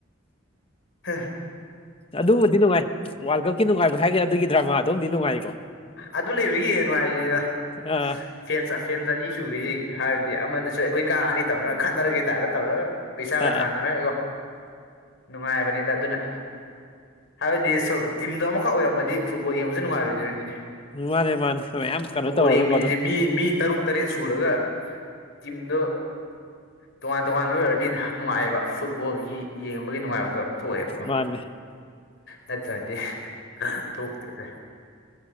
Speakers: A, on the left; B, on the left.
A: ꯍꯦ
B: ꯑꯗꯨꯕꯨꯗꯤ ꯅꯨꯡꯉꯥꯏ ꯋꯥꯔꯜ ꯀꯞꯀꯤ ꯅꯨꯡꯉꯥꯏꯕ ꯍꯥꯏꯒ꯭ꯔꯥ ꯑꯗꯨꯒꯤ ꯗ꯭ꯔꯃꯥꯗꯨꯝꯗꯤ ꯅꯨꯡꯉꯥꯏꯀꯣ
A: ꯑꯗꯨ ꯂꯩꯕꯒꯤ ꯅꯨꯡꯉꯥꯏꯔꯤꯅꯦꯗ
B: ꯑꯥ
A: ꯐꯦꯟ ꯐꯦꯟꯁ ꯑꯅꯤ ꯁꯨꯕꯩ ꯍꯥꯏꯔꯗꯤ ꯑꯃꯅꯁꯨ ꯑꯈꯣꯏ ꯀꯥꯅꯤ ꯇꯧꯅꯔ ꯈꯠꯅꯔꯒꯦ ꯇꯥꯏꯞꯇ ꯇꯧꯔꯒ ꯄꯩꯁꯥꯒ
B: ꯑꯥ
A: ꯊꯥꯅꯔꯒꯀꯣ ꯅꯨꯡꯉꯥꯏꯕꯅꯤꯗ ꯑꯗꯨꯅ ꯍꯥꯏꯕꯗꯤ ꯁꯨꯝ ꯇꯤꯝꯗꯣ ꯑꯃꯈꯛ ꯑꯣꯏꯔꯝꯃꯗꯤ ꯐꯨꯠꯕꯣꯜ ꯌꯦꯡꯕꯁꯨ ꯅꯨꯡꯉꯥꯏꯔꯣꯏꯗꯣꯏꯅꯤꯅꯦ
B: ꯃꯥꯅꯦ ꯃꯥꯅꯦ ꯃꯌꯥꯝ ꯀꯩꯅꯣ
A: ꯐꯨꯠꯕꯣꯜ
B: ꯇꯧꯔꯒꯀꯣ
A: ꯌꯦ ꯃꯤꯅꯦꯁꯦ
B: ꯑꯗꯨ
A: ꯃꯤ ꯃꯤ ꯇꯔꯨꯛ ꯇꯔꯦꯠ ꯁꯨꯔꯒ ꯇꯤꯝꯗꯣ ꯇꯣꯉꯥꯟ ꯇꯣꯉꯥꯟꯕ ꯑꯣꯏꯔꯗꯤ ꯅꯨꯡꯉꯥꯏꯑꯕ ꯐꯨꯠꯕꯣꯜꯒꯤ ꯌꯦꯡꯕꯒꯤ ꯅꯨꯡꯉꯥꯏꯕꯗꯣ ꯊꯣꯛꯑꯦꯕꯀꯣ
B: ꯃꯥꯅꯦ
A: ꯅꯠꯠꯔꯗꯤ ꯊꯣꯛꯇꯦꯗꯥ